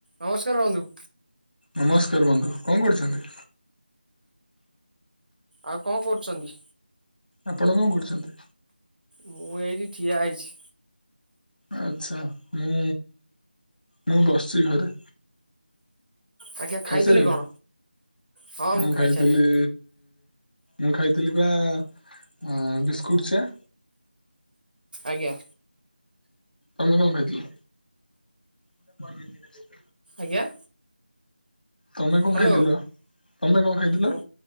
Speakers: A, on the right; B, on the left.
A: ନମସ୍କାର ବନ୍ଧୁ।
B: ନମସ୍କାର ବନ୍ଧୁ। କଣ କରଛନ୍ତି?
A: ଆଉ କଣ କରୁଚନ୍ତି?
B: ଆପଣ କଣ କରୁଚନ୍ତି?
A: ମୁଁ ଏଇଠି ଠିଆ ହେଇଚି।
B: ଆଚ୍ଛା। ମୁଁ ମୁଁ ବସିଚି ଘରେ।
A: ଆଜ୍ଞା ଖାଇଥିଲେ
B: ଖାଇସାରିଲେଣି?
A: କଣ? ହଁ
B: ମୁଁ
A: ଖାଇସାରିଲିଣି
B: ଖାଇଥିଲି ମୁଁ ଖାଇଥିଲି ବା ଆ ବିସ୍କୁଟ୍ ଚା।
A: ଆଜ୍ଞା।
B: ତମେ କଣ ଖାଇଥିଲ? <unintelligible>
A: ଆଜ୍ଞା।
B: ତମେ କଣ
A: ହ୍ୟାଲୋ
B: ଖାଇଥିଲ? ତମେ କଣ ଖାଇଥିଲ?
A: ମୁଁ